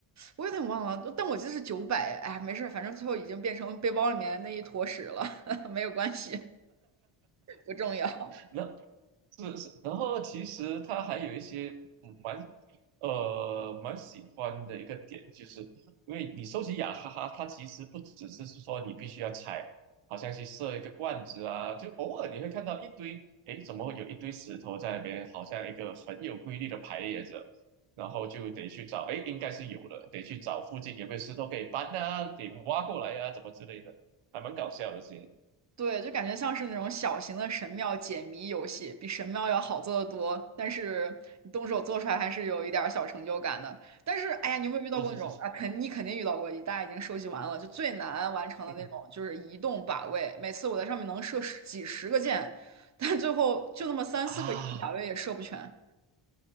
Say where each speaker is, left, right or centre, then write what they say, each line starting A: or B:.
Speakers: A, on the right; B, on the right.
A: 我有点忘了，但我记得是九百。哎，没事儿，反正最后已经变成背包里面那一坨屎了，<laughs> 没有关系，不重要。
B: 那是是，然后其实他还有一些嗯蛮呃蛮喜欢的一个点，就是因为你收集雅哈哈，它其实不只是说你必须要踩，好像去设一个罐子啊，就偶尔你会看到一堆，诶，怎么会有一堆石头在那边，好像一个很有规律的排列着，然后就得去找，诶，应该是有了，得去找附近有没有石头可以搬啊，得挖过来啊，怎么之类的，还蛮搞笑的事情。
A: 对，就感觉像是那种小型的神庙解谜游戏，比神庙要好做得多。但是你动手做出来还是有一点儿小成就感的。但是，哎呀，你有没有遇到过那种啊？
B: 是是是，
A: 肯你肯定遇到过，大家已经收集完了，就最难完成的那种，
B: 嗯嗯
A: 就是移动靶位。每次我在上面能射十几十个箭，但最后就那么三四个移动靶位也射不全。
B: 啊，